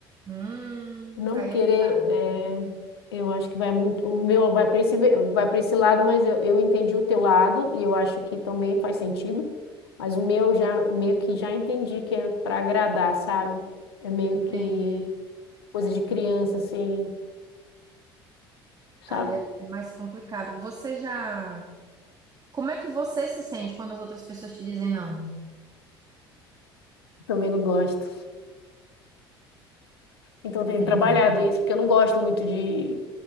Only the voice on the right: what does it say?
Hum,
aí
é puxado.
Entendi.
Aí é é mais complicado. Você já. Como é que você se sente quando as outras pessoas te dizem não?
Uhum.